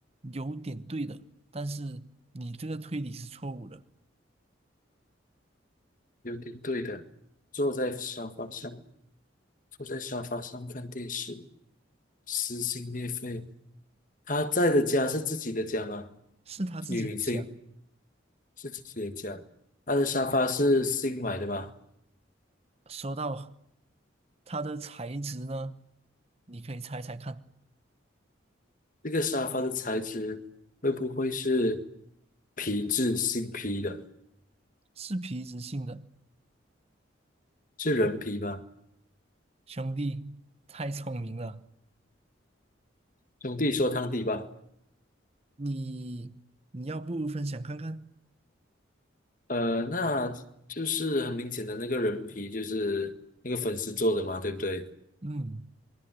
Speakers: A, on the right; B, on the left.
A: 有点对的，但是你这个推理是错误的，
B: 有点对的。坐在沙发上，坐在沙发上看电视，撕心裂肺。他在的家是自己的家吗？
A: 是他自己讲。
B: 女明星是自己的家，他的沙发是新买的吧？
A: 说到它的材质呢，你可以猜猜看，
B: 这个沙发的材质会不会是皮质新皮的？
A: 是皮质性的。
B: 是人皮吗？
A: 兄弟，太聪明了。
B: 兄弟说汤底吧。
A: 你你要不分享看看？
B: 呃，那就是很明显的那个人皮就是那个粉丝做的嘛，对不对？
A: 嗯，